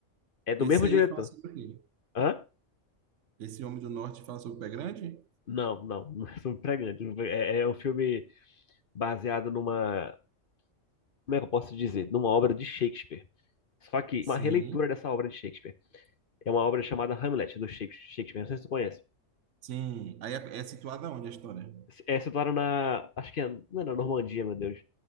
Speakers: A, on the left (about 50°); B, on the right (about 70°).
A: É do
B: Esse
A: mesmo
B: aí
A: diretor.
B: fala sobre o quê?
A: Hã?
B: Esse homem do norte fala sobre o pé grande?
A: Não, não, não é sobre pregante. É, é um filme baseado numa, como é que eu posso dizer? Numa obra de Shakespeare. Só que
B: Sim.
A: uma releitura dessa obra de Shakespeare. É uma obra chamada Hamlet, do Shakes- Shakespeare. Não sei se tu conhece.
B: Sim. Aí é, é situada onde a história?
A: É situada na. Acho que é, não é na Normandia, meu Deus.